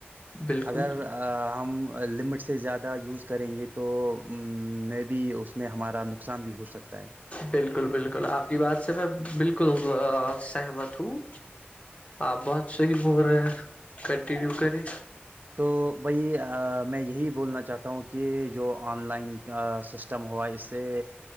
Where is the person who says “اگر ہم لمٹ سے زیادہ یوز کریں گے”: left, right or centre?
Right